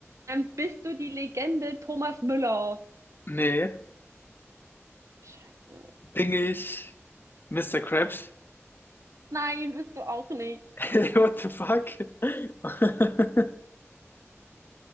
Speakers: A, on the right (about 85°); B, on the left (about 45°).
A: Ähm, bist du die Legende Thomas Müller?
B: nee,
A: Scheiße.
B: bin ich Mister Krabs? <laughs>
A: Nein, bist du auch nicht.
B: Hey, what the fuck? <laughs>